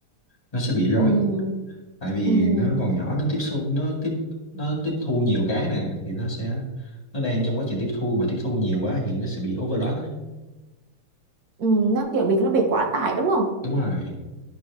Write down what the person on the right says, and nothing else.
ừ
ừ
ừ nó kiểu bị nó bị quá tải đúng không